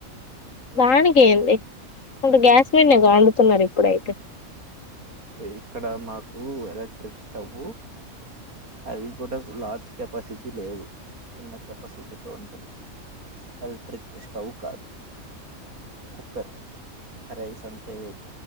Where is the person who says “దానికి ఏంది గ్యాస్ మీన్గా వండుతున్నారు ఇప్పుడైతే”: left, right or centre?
Left